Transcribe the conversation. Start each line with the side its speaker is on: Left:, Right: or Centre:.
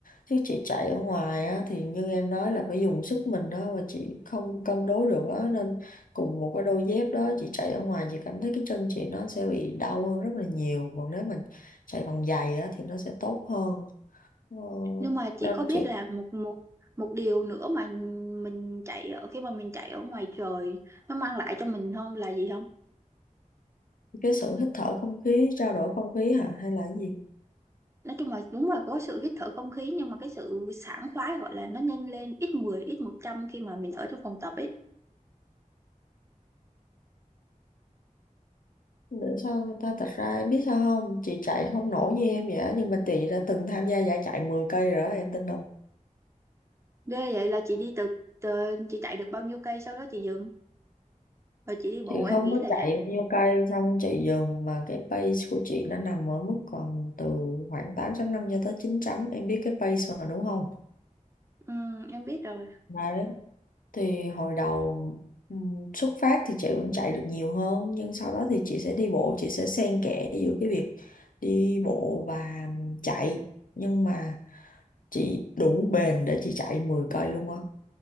Left: chứ chị chạy ở ngoài á, thì như em nói là phải dùng sức mình đó và chị không cân đối được á nên cùng một cái đôi dép đó chị chạy ở ngoài chị cảm thấy cái chân chị nó sẽ bị đau hơn rất là nhiều còn nếu mà chạy bằng giày á, thì nó sẽ tốt hơn ờ,
Right: Nhưng mà chị
Left: nên
Right: có biết
Left: chị
Right: là một một một điều nữa mà mình chạy ở khi mà mình chạy ở ngoài trời nó mang lại cho mình không là gì
Left: cái sự hít thở không khí trao đổi không khí hả hay là cái gì
Right: nói chung là đúng là có sự hít thở không khí nhưng mà cái sự sảng khoái gọi là nó nhân lên ít 10 ít 100 khi mà mình ở trong phòng tập ấy
Left: Để sao người ta thật ra em biết sao không Chị chạy không nổi như em vậy á, Nhưng mà chị đã từng tham gia giải chạy 10 cây rồi đó, em tin không
Right: ghê vậy là chị đi từ, từ chị chạy được bao nhiêu cây sau đó chị dừng rồi chị đi bộ
Left: Chị
Right: em
Left: không
Right: nghĩ
Left: có
Right: là
Left: chạy
Right: vậy
Left: bao nhiêu cây Xong chị dừng mà cái pace của chị Nó nằm ở mức còn từ khoảng tám chấm năm cho tới chín chấm Em biết cái pace mà đúng không
Right: ừ, em biết rồi
Left: Đấy Thì hồi đầu ừm, xuất phát thì chị vẫn chạy được nhiều hơn Nhưng sau đó thì chị sẽ đi bộ Chị sẽ xen kẽ giữa cái việc đi bộ và chạy Nhưng mà chị đủ bền để chị chạy 10 cây luôn á